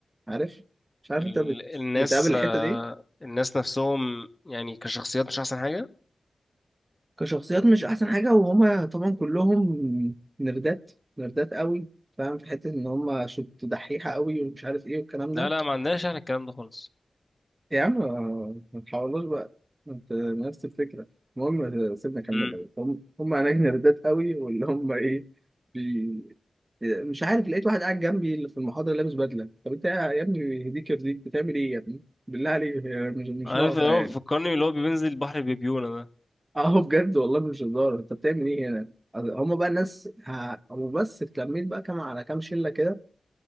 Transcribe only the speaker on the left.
ال...
الناس
آه،
الناس نفسهم يعني كشخصيات مش أحسن حاجة
لا
لا ما عندناش احنا الكلام ده خالص
امم
عارف
اللي هو
بيفكرني اللي هو بينزل البحر بيبيونه ده